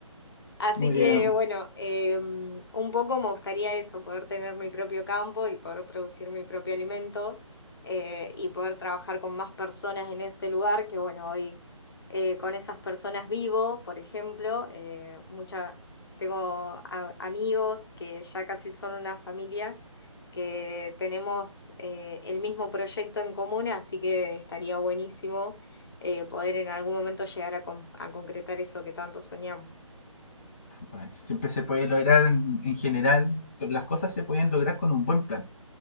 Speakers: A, on the left (about 45°); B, on the left (about 25°).
A: Así
B: Muy
A: que
B: bien.
A: bueno, eh, un poco me gustaría eso, poder tener mi propio campo y poder producir mi propio alimento eh, y poder trabajar con más personas en ese lugar, que bueno, hoy eh, con esas personas vivo, por ejemplo, eh, mucha, tengo a- amigos que ya casi son una familia, que tenemos eh, el mismo proyecto en común, así que estaría buenísimo eh, poder en algún momento llegar a con- a concretar eso que tanto soñamos.
B: Bueno, siempre se puede lograr en, en general. con- Las cosas se pueden lograr con un buen plan.